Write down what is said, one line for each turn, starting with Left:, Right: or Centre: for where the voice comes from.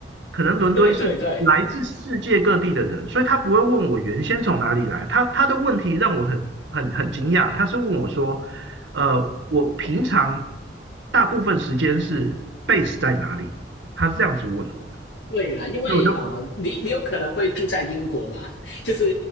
Right: 可能伦敦是来自世界各地的人，
Left: <laughs> 对对对
Right: 所以他不会问我原先从哪里来。他他的问题让我很很很惊讶，他是问我说，呃，我平常大部分时间是 base 在哪里？他是这样子问我的，
Left: 对啦，因为啊、
Right: 所以我就
Left: 呃你你有可能会住在英国嘛，<laughs> 就是